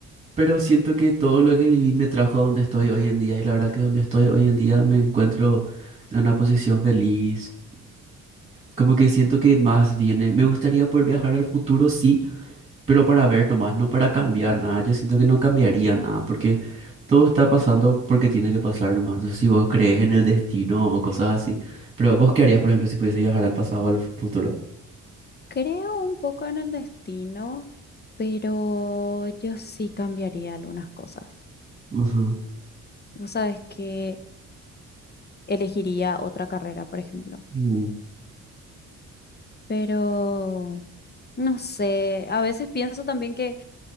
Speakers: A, on the right; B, on the left.
A: pero siento que todo lo que viví me trajo a donde estoy hoy en día y la verdad que donde estoy hoy en día me encuentro en una posición feliz Como que siento que más viene, me gustaría poder viajar al futuro, sí, pero para ver nomás, no para cambiar nada. Yo siento que no cambiaría nada, porque todo está pasando porque tiene que pasar nomás. No sé si vos crees en el destino o cosas así, pero vos qué harías, por ejemplo, si pudiese viajar al pasado o al fu- futuro.
B: Creo un poco en el destino, pero yo sí cambiaría algunas cosas.
A: Ujú.
B: Vos sabés que elegiría otra carrera, por ejemplo.
A: Mm,
B: Pero no sé, a veces pienso también que